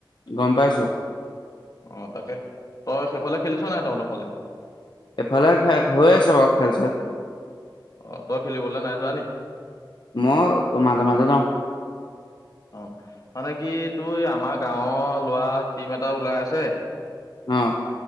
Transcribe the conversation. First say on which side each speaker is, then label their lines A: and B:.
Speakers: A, on the left (about 65°); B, on the left (about 45°).
A: গম পাইছো।
B: অ', তাকে, তই সেইফালে খেলিছ নাই তহঁতৰ ফালে?
A: এফালে হৈ আছে বাৰু খেল চেল।
B: অ' তই খেলিবলে নাই যোৱা নি?
A: মই মাজে-মাজে যাওঁ।
B: অহ। মানে কি তই আমাৰ গাঁৱৰ ল'ৰা টিম এটা ওলাই আছে।
A: অঁহ'।